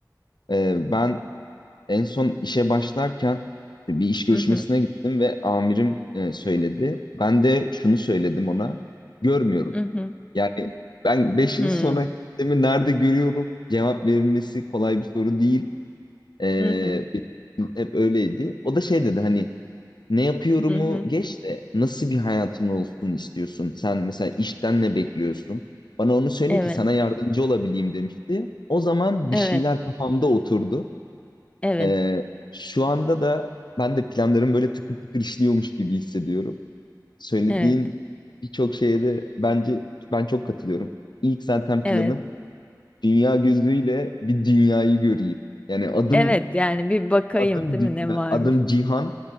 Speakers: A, on the left (about 80°); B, on the left (about 15°).
A: e, ben en son işe başlarken bir iş görüşmesine
B: Hı hı,
A: gittim ve amirim e, söyledi. Ben de şunu söyledim ona. Görmüyorum.
B: hı hı,
A: Yani ben beş yıl
B: hı,
A: sonra kendimi nerede görüyorum cevap verilmesi kolay bir soru değil. Ee,
B: hı hı,
A: benim için hep öyleydi. O da şey dedi hani ne yapıyorumu
B: hı hı.
A: geç de nasıl bir hayatın olsun istiyorsun? Sen mesela işten ne bekliyorsun? Bana onu söyle
B: Evet,
A: ki sana yardımcı olabileyim demişti. O zaman bir
B: evet,
A: şeyler kafamda oturdu.
B: evet,
A: Ee, şu anda da ben de planlarım böyle tıkır tıkır işliyormuş gibi hissediyorum. Söylediğin
B: evet,
A: birçok şeye de bence ben çok katılıyorum. İlk zaten planım
B: evet,
A: dünya gözüyle bir dünyayı göreyim. Yani adım
B: evet. Yani bir bakayım
A: adım
B: değil
A: dünya,
B: mi ne varmış?
A: adım cihan.